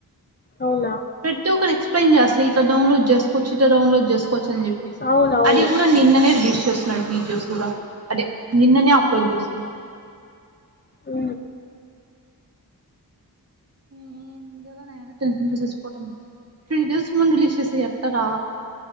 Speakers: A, on the left; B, on the right.
A: అవున
B: ప్రతి ఒక్కరు ఎక్స్ప్లెన్ చేస్త ఇట డౌన్లోడ్ చేస్కోవచ్చు ఇ ట డౌన్లోడ్ చేస్కోవచ్చు అని చెప్పేసి
A: అవునవును
B: అది కూడా నిన్ననే దష్ చెస్ ప్రాక్టీస్ చెస్ కూడా అదే నిన్ననే అప్లోడ్ చేస్తున్నా
A: ఉ
B: హ్మ్మ్ త్రీ డేస్ ముందు రిలీజ్ చేస్తే ఎట్టారా